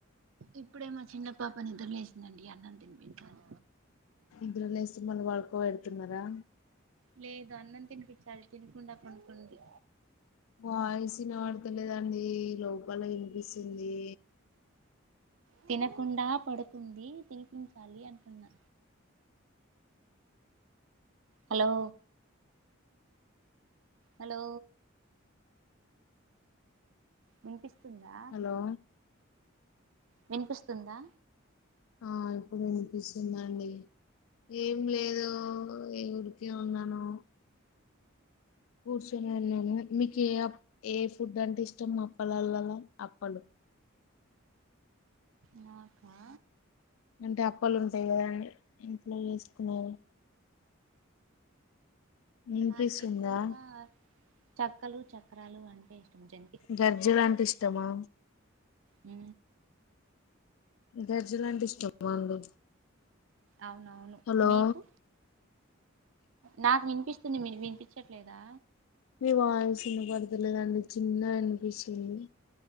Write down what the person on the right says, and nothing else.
ఇప్పుడే మా చిన్న పాప నిద్రలేసిందండి అన్నం తినిపించాలి
లేదు అన్నం తినిపించాలి తినకుండా పండుకుంది
తినకుండా పడుకుంది తినిపించాలి అంటున్నా హలో హలో వినిపిస్తుందా
వినిపిస్తుందా
నాకా
నాకు ఎక్కువగా చక్కలు చక్రాలు అంటే ఇష్టం జం
హ
అవునవును
మీకు నాకు వినిపిస్తుంది మీరు వినిపించట్లేదా